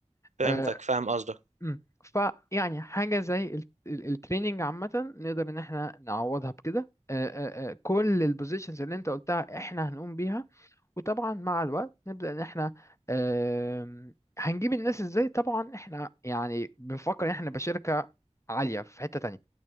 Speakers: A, on the right; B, on the left.
A: فهمتك
B: أه
A: فاهم قصدك
B: أمم. فيعني حاجه زي ال- ال- التريننج عامه نقدر ان احنا نعوضها بكده أه أه أه كل البوزيشنز اللي انت قلتها احنا هنقوم بيها وطبعا مع الوقت نبدا ان احنا أه هنجيب الناس ازاي طبعا احنا يعني بنفكر ان احنا نبقى شركه عاليه في حته تانية